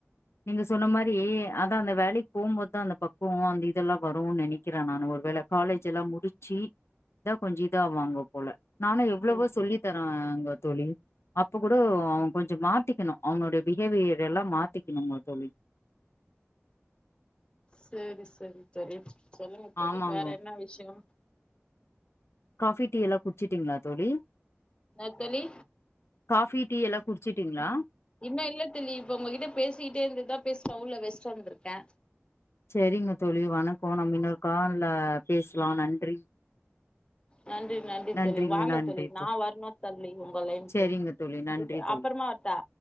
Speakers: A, on the left (about 65°); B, on the left (about 20°).
A: நீங்க சொன்ன மாரி அதா அந்த வேலைக்கு போகும்போதுதா அந்த பக்குவோ அந்த இதெல்லா வரோனு நெனைக் கிற நானோ ஒரு வேள காலேஜ் ஜெல்லா முடிச்சி இதா கொஞ்சோ இதா ஆவாங்க போல நானோ எவ்வளவோ
B: ம்
A: சொல்லி தராங்க தோழி. அப்ப கூட அவ கொஞ்சோ மாத்திக்கணோ அவனோடய பிஹேவியர் எல்லா மாத்திக்கணோங்க தோழி
B: செரி செரி தோழி சொல்லுங்க தோழி
A: ஆமாங்க
B: வேற என்ன விஷ்யோ
A: காஃபி டீ எல்லா குட்ச்சிட்டீங்களா தோழி
B: இன்னா தோழி
A: காஃபி டீ எல்லா குட்ச்சீட்டீங்களா
B: இன்னோ இல்ல தோழி இப்ப உங்ககிட்ட பேசிக்கிட்டே இருந்துட்டுதா போய் ஸ்டவ்ல வெஸ்ட் வந்துருக்கே
A: செரிங்க தோழி வணக்கோ நம்ம இன்னொருக்கால்ல பேசலா நன்றி
B: நன்றி நன்றி
A: நன்றிங்க
B: தோழி வாங்க
A: நன்றி
B: தோழி நா
A: தோ
B: வர்ணோ தோழி உங்க லைனுக்கு
A: செரிங்க தோழி நன்றி
B: இப்ப
A: தோழி
B: அப்பறமா வர்ட்டா